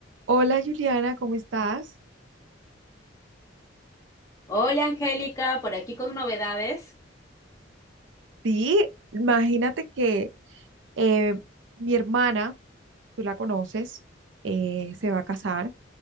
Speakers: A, on the right (about 85°); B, on the left (about 20°).
A: Hola Juliana, ¿cómo estás?
B: Hola Angélica, por aquí con novedades.
A: Sí, imagínate que eh, mi hermana, tú la conoces, eh, se va a casar